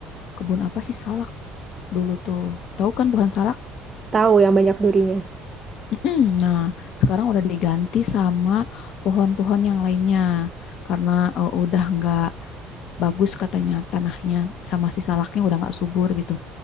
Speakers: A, on the left; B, on the right.
A: kebun apa sih salah dulu tuh. Tahu kan pohon salak?
B: Tahu yang banyak durinya.
A: Mm-mm. Nah, sekarang udah diganti sama pohon-pohon yang lainnya karena eh, udah nggak bagus katanya tanahnya sama si salaknya udah nggak subur gitu.